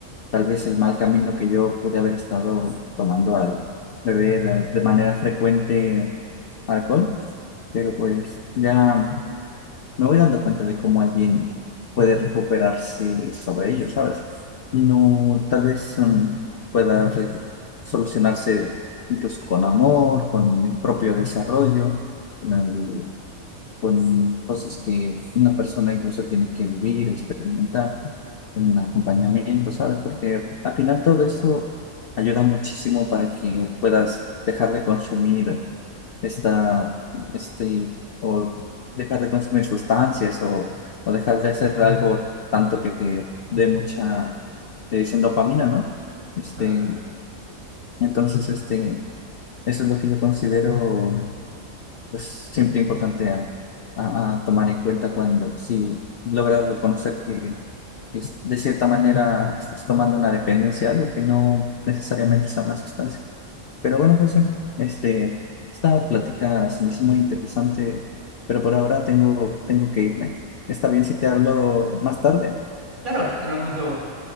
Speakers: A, on the left; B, on the right.
A: tal vez el mal camino que yo pude haber estado tomando al beber eh, de manera frecuente alcohol, pero pues ya me voy dando cuenta de cómo alguien puede recuperarse sobre ello, ¿sabes? No, tal vez mm, pueda re- solucionarse incluso con amor, con el propio desarrollo, con, el- con cosas que una persona incluso tiene que vivir, experimentar, un acompañamiento, ¿sabes? Porque al final todo eso ayuda muchísimo para que puedas dejar de consumir esta, este, o dejar de consumir sustancias o, o dejar de hacer algo tanto que te dé mucha, te dicen dopamina, ¿no? Este,
B: Claro.
A: entonces, este, eso es lo que yo considero, pues, siempre importante a, a- a tomar en cuenta cuando, si logras reconocer que, que es- de cierta manera estás tomando una dependencia, algo que no necesariamente sea una sustancia. Pero bueno, José, este, esta plática se me hizo muy interesante, pero por ahora tengo, tengo que irme. Está bien si te hablo más tarde.
B: Claro, hablamos luego.